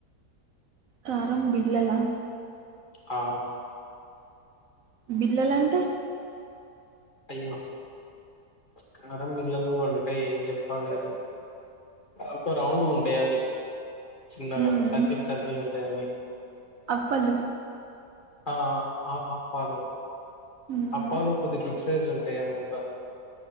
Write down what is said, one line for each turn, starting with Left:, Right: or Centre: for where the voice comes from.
Right: కారం బిల్లలా
Left: ఆ
Right: బిల్లలంటే
Left: అయ్యో కారం బిల్లలు అంటే ఏం చెప్పాలె ఒక రౌండ్గ ఉంటాయి అవి చిన్నగా
Right: మ్మ్
Left: సర్కిల్ సర్కిల్ ఉంటాయిన్నన్ని
Right: అప్పలు
Left: ఆ అప్పాలు
Right: మ్మ్
Left: అప్పాను కుదిట్లు ఎక్ససైజ్ ఉంటాయి అనుకుడా